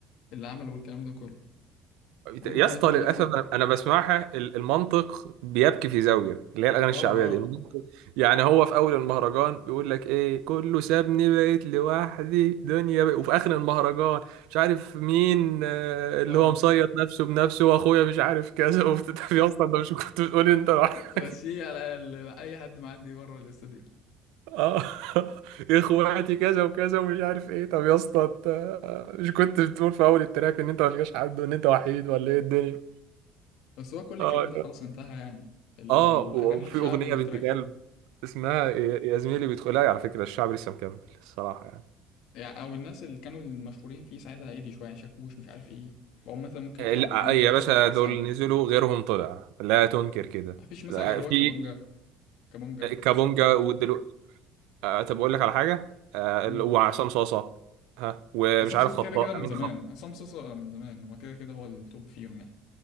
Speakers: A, on the left; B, on the right.
A: اللي عمله والكلام ده كله عمره
B: يا
A: ما
B: اسطى
A: يطلع
B: للاسف
A: نفسه ت-
B: انا أنا
A: اه
B: بسمعها ال- المنطق بيبكي في زاويه اللي هي الاغاني
A: اه
B: الشعبيه
A: اه
B: دي المنطق يعني هو في اول المهرجان بيقول لك ايه كله سابني بقيت لوحدي دنيا بقى. وفي اخر المهرجان مش عارف مين آه، اللي
A: آه.
B: هو مصيط نفسه بنفسه واخويا مش عارف كذا <laughs> وبتتعب يا اسطى انت مش كنت بتقول إيه؟ انت راح
A: ب- بس هي على ال... أي حد معدي بره الاستوديو
B: اه <laughs> اخواتي كذا وكذا ومش عارف ايه طب يا اسطى انت مش كنت بتقول في اول التراك ان انت ملقاش حد وان انت وحيد ولا ايه الدنيا
A: بس هو كل
B: اه
A: الكلام ده خلاص انتهى يعني الأغاني
B: اه وفي
A: الشعبي
B: اغنيه
A: والتراك
B: بنت كلب اسمها يا يا زميلي بيدخل لا على فكره الشعب لسه مكمل الصراحه يعني
A: يعني او الناس اللي كانوا المشهورين فيه ساعتها هادي شويه يعني شاكوش مش عارف ايه بقوا مثلا ممكن
B: آه،
A: يطلع
B: لا
A: باغنيه
B: يا
A: بس
B: باشا
A: كده في السنه
B: دول نزلوا غيرهم طلع لا تنكر كده
A: ما فيش مثلا
B: لا،
A: غير هو
B: في
A: كابونجا كابونجا
B: كابونجا
A: سكر
B: ودلوقتي طب اقول لك على حاجه آه،
A: امم
B: وعصام صاصه ها ومش
A: عصام
B: عارف
A: صوصه
B: خطاء
A: كده كده من
B: امين
A: زمان عصام صوصه من زمان هو كده كده هو التوب فيهم يعني